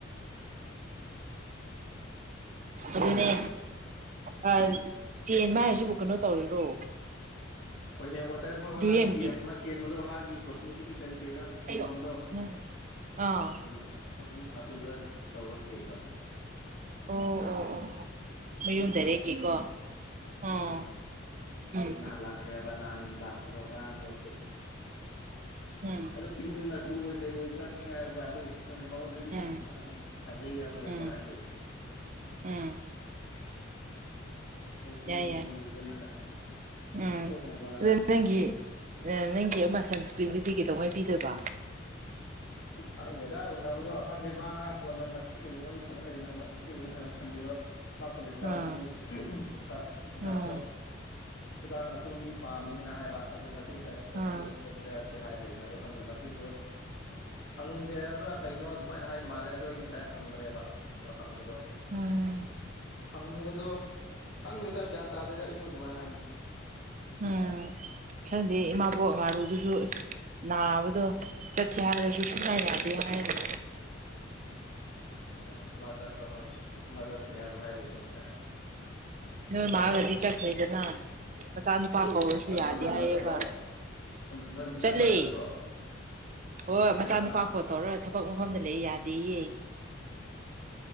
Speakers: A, on the right; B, on the left.
A: ꯑꯗꯨꯅꯦ ꯑꯥ ꯆꯦꯟꯕ ꯍꯥꯏꯔꯤꯁꯤꯕꯨ ꯀꯩꯅꯣ ꯇꯧꯔꯤꯔꯣ
B: ꯍꯣꯏꯅꯦ ꯑꯣꯗꯔ ꯃꯣꯏ ꯑꯣꯟꯂꯥꯏꯟꯒꯤ
A: ꯂꯨꯌꯦꯝꯒꯤ
B: ꯑꯃ ꯆꯦꯟꯕꯗꯣ ꯃꯥꯒꯤ ꯀꯣꯁꯃꯦꯇꯤꯛꯀꯤ ꯀꯔꯤ ꯀꯔꯤꯅꯣ ꯆꯦꯟꯕꯝꯗꯣ
A: ꯑꯩꯔꯣ ꯅꯪ ꯑꯥ
B: ꯑꯗꯨꯗ ꯑꯗꯨ ꯑꯗꯨꯗ ꯇꯧꯔꯒ ꯆꯦꯟꯕ
A: ꯑꯣ ꯑꯣ ꯑꯣ ꯑꯣ ꯃꯌꯨꯝ ꯗꯥꯏꯔꯦꯛꯀꯤꯀꯣ ꯑꯣ
B: ꯑ
A: ꯎꯝ
B: ꯑꯗꯨ
A: ꯎꯝ
B: ꯅꯍꯥꯟ ꯂꯥꯛꯀ꯭ꯔꯦꯕ ꯅꯍꯥꯟ ꯂꯥꯛꯄꯗꯣ ꯑꯉꯥꯡꯗꯣ <inaudible>
A: ꯎꯝ
B: ꯑꯗꯣ ꯄꯤꯡ ꯃꯆꯨ ꯑꯣꯏ ꯀꯩ ꯑꯣꯏ ꯆꯪꯉꯦ ꯍꯥꯏꯕ꯭ꯔꯥ ꯑꯗꯨ ꯈꯪꯗꯦ ꯃꯉꯣꯟꯗꯗꯤ
A: ꯎꯝ
B: ꯑꯗꯨꯝ ꯐꯖꯩ ꯍꯥꯏꯕ꯭ꯔꯥ ꯀꯩꯅꯣ
A: ꯎꯝ
B: ꯍꯥꯏ ꯂꯩꯕꯅꯦ
A: ꯎꯝ
B: <inaudible> ꯑꯩ ꯆꯤꯟꯗꯣ
A: ꯌꯥꯏ ꯌꯥꯏ
B: ꯃꯨꯕꯅꯤꯅ
A: ꯎꯝ
B: ꯆꯠꯊꯣꯠꯅꯕꯅ
A: ꯑꯗꯨ ꯅꯪꯒꯤ ꯅꯪꯒꯤ ꯑꯃ ꯁꯟꯁꯀ꯭ꯔꯤꯟꯗꯨꯗꯤ ꯀꯩꯗꯧꯉꯥꯏ ꯄꯤꯗꯣꯢꯕ
B: ꯈꯪꯗꯦꯗ ꯎꯅꯕꯗꯣ ꯈꯪꯗꯦ ꯃꯥ ꯉꯥꯔꯥꯡ ꯐꯣꯟ ꯅꯥꯝꯕꯔꯥ ꯄꯤꯈꯤꯕꯗꯩ ꯋꯥꯔꯤ ꯁꯥ ꯂꯩꯈꯔꯦ ꯑꯁꯦꯡꯕꯩ ꯋꯥꯔꯤ ꯁꯥꯟꯅꯕ ꯁꯟꯗꯦꯗꯣ ꯃꯥ ꯀꯣꯂꯦꯖ
A: ꯎꯝ
B: ꯀꯥꯕꯒꯤ ꯁꯥꯔꯠ ꯇꯤ ꯁꯥꯔꯠꯇꯣ
A: ꯎꯝ
B: ꯈꯨꯗꯥꯥꯡ ꯑꯆꯣꯟꯕꯤ ꯄꯥꯝꯃꯦꯅ ꯍꯥꯏꯕ ꯑꯗꯨ ꯃꯆꯦꯗ ꯆꯠꯁꯤꯔ
A: ꯎꯝ ꯎꯝ
B: ꯈꯣꯠꯁꯤꯔꯗꯤ ꯍꯥꯏ ꯂꯩꯕ ꯑꯗꯨ ꯈꯪꯗꯦ ꯃꯆꯦꯗꯨ ꯁꯪꯗꯦ ꯍꯥꯏꯕ꯭ꯔꯥ ꯀꯩꯅꯣ ꯑꯗꯨꯃꯥꯏꯅ ꯍꯥꯏ ꯃꯥꯜꯂꯦ ꯑꯗꯣ ꯑꯩ ꯉꯁꯥꯏ ꯍꯪꯕꯅꯦꯕ ꯑꯗꯣ ꯍꯪꯕꯗꯣ
A: ꯎꯝ
B: ꯍꯪꯕꯗꯣ ꯈꯪꯗꯦꯗ ꯒ꯭ꯌꯥꯟ ꯇꯥꯗꯦꯗ ꯑꯩꯁꯨ ꯑꯗꯨꯃꯥꯏꯅ ꯍꯥꯏꯕꯅꯤ
A: ꯎꯝ ꯈꯪꯗꯦ ꯏꯃꯥꯕꯣꯛ ꯉꯥꯔꯨꯗꯨꯁꯨ ꯑꯁ ꯅꯥꯕꯗꯣ ꯆꯠꯁꯦ ꯍꯥꯏꯔꯁꯨ ꯁꯨꯡꯉꯥ ꯌꯥꯗꯦ ꯍꯥꯏꯔꯤ
B: <inaudible> ꯎꯝ ꯃꯥ ꯆꯥꯠꯄ꯭ꯔ ꯈꯪꯗꯦ ꯃꯥ ꯆꯠꯒꯅꯤ ꯍꯥꯢꯕꯔꯥ ꯍꯥꯢ ꯂꯩꯕꯅꯤ ꯉꯁꯥꯢ
A: ꯅꯣꯏ ꯃꯥꯒꯗꯤ ꯆꯠꯈ꯭ꯔꯦꯗꯅ ꯃꯆꯥꯅꯨꯄꯥ ꯀꯧꯔꯁꯨ
B: ꯆꯠꯄ꯭ꯔꯣ
A: ꯌꯥꯗꯦ
B: ꯅꯣꯏ
A: ꯍꯥꯏꯌꯦꯕ
B: ꯃꯥ ꯆꯠꯄ꯭ꯔꯣ ꯅꯣꯢ ꯅꯣꯏꯃ
A: ꯆꯠꯂꯦ
B: ꯆꯠꯄ꯭ꯔꯣ
A: ꯍꯣꯏ
B: ꯀꯅꯥ
A: ꯃꯆꯥꯅꯨꯄꯥ
B: ꯀꯅꯥ
A: ꯐꯣꯟ ꯇꯧꯔꯒ ꯊꯕꯛ ꯃꯐꯝꯗ ꯂꯩ ꯌꯥꯗꯦꯌꯦ